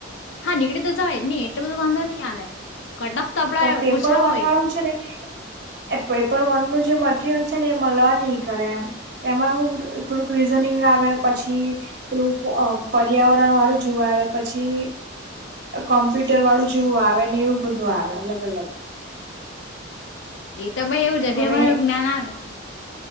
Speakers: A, on the left; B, on the right.
A: હા નીકળી તો જવાય નહી એટલો બધો વાંધો નહી આવે કટ ઓફ તો આપડા
B: પણ પેપર
A: ઓછા
B: વન
A: હોય
B: વાળું છે ને એ પેપર વન જે મટરિયલ છે ને એ મળવા નહ કરે એમ એમાં હ થોડુંક રીઝનિંગ આવે પછી. પેલું પર્યાવરણ વાળું જોવા આવે પછી. કોમ્પ્યુટર વાળું જેવું આવે ને એવું બધું આવે અલગ અલગ
A: એ તો ભાઈ એવું જ ભમારું
B: હવે
A: જ્ઞાન આવે